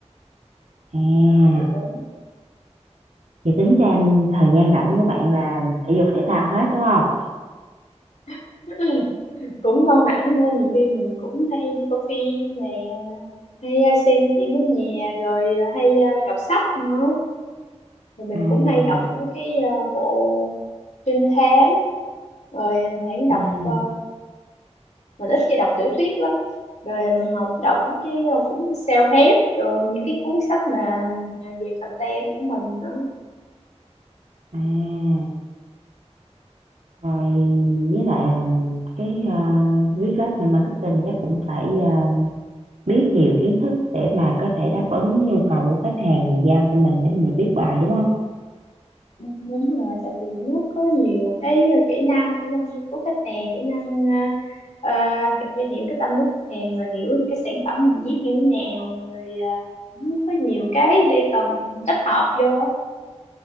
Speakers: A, on the right (about 75°); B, on the left (about 75°).
A: À
B: thì cũng
A: Vậy tính ra thời gian rảnh của bạn là thể dục thể thao hết đúng không?
B: <clears throat> <laughs> cũng không hẳn nữa nhiều khi mình cũng hay đi coi phim nè hay ờ, xem phim ở nhà rồi ờ, hay ờ, đọc sách nữa Rồi mình
A: À,
B: cũng hay đọc mấy cái ờ, bộ trinh thám rồi mình hay đọc
A: ừ,
B: ờ, mình ít khi đọc tiểu thuyết lắm rồi mình học đọc mấy cái ờ, cuốn self-help rồi những cái cuốn sách mà ừ, về content của mình đó
A: à, rồi với lại là cái uh, viết lách mình marketing chắc cũng phải ờ, biết nhiều kiến thức để mà có thể đáp ứng nhu cầu của khách hàng giao cho mình để mình viết bài đúng không?
B: Ừ, đúng rồi tại vì nó có nhiều cái ờ, kỹ năng kỹ năng nghiên cứu khách hàng kỹ năng ờ, ờ, hi- phải hiểu cái tâm lý khách hàng rồi hiểu được cái sản phẩm mình viết như thế nào rồi ờ, cũng có nhiều cái để cần kết hợp vô